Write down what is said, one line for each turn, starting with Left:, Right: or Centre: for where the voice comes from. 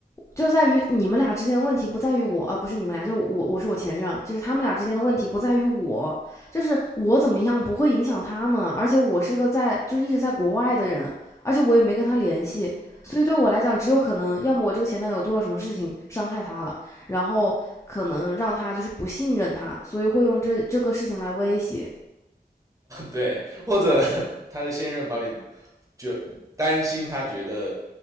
Left: 就是在于你们俩之间的问题不在于我，呃，不是你们俩，就我，我是我前任，就是他们俩之间的问题不在于我，
Right: 对，
Left: 就是我怎么样不会影响他们，而且我是一个在就是一直在国外的人，而且我也没跟他联系，所以对我来讲，只有可能要么我这个前男友做了什么事情伤害他了，然后可能让他就是不信任他，所以会用这这个事情来威胁。
Right: 对，或者 <laughs> 他的现任把你就担心，他觉得